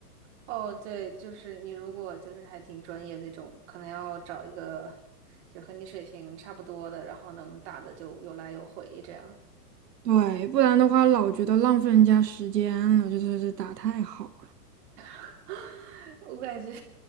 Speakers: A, on the right; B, on the right.
A: 哦，对，就是你如果就是还挺专业那种，可能要找一个就和你水平差不多的，然后能打的就有来有回这样。
B: 对，不然的话老觉得浪费人家时间了，就是这打太好。
A: <laughs> 我感觉